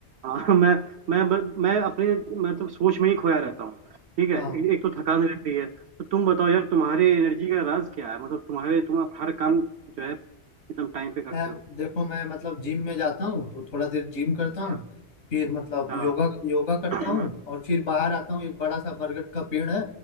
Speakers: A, on the right; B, on the left.
A: हाँ <laughs> मैं मैं मैं मैं अपने मतलब सोच में ही खोया रहता हूँ ठीक है
B: हाँ
A: एक, एक तो थकान रहती है तो तुम बताओ यार तुम्हारे एनर्जी का राज क्या है मतलब तुम्हारे तुम आप हर काम जो है एकदम टाइम पे करते
B: यार
A: हो
B: देखो मैं मतलब जिम में जाता हूँ तो थोड़ा देर जिम करता
A: हाँ
B: हूँ फिर मतलब
A: हाँ
B: योगा योगा करता
A: <clears throat>
B: हूँ और फिर बाहर आता हूँ एक बड़ा सा बरगद का पेड़ है